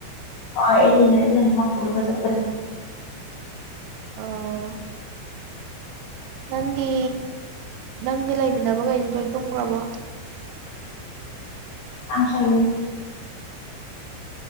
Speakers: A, on the left; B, on the right.
A: ꯍ ꯏꯂ ꯏꯔꯂ ꯅ ꯃꯜꯒ ꯆꯔ
B: ꯑꯥ ꯅꯪꯒꯤ ꯅꯪꯗꯤ ꯂꯩꯃꯤꯟꯅꯕꯈꯩꯗꯨ ꯂꯣꯏ ꯇꯨꯝꯈ꯭ꯔꯕꯣ
A: ꯊꯥꯡ ꯆꯪꯂ